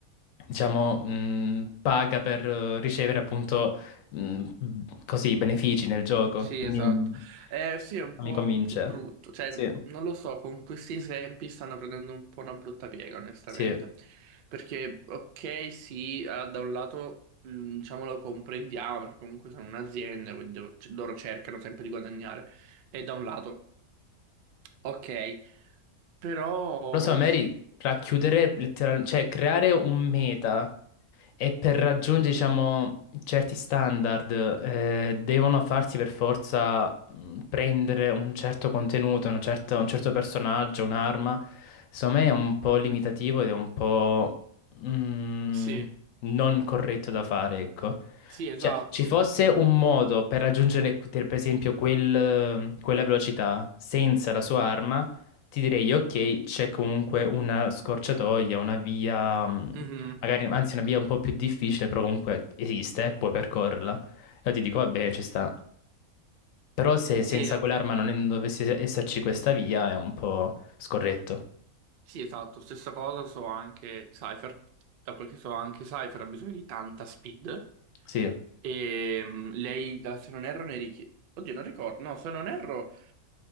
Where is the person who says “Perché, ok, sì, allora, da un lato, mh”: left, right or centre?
Right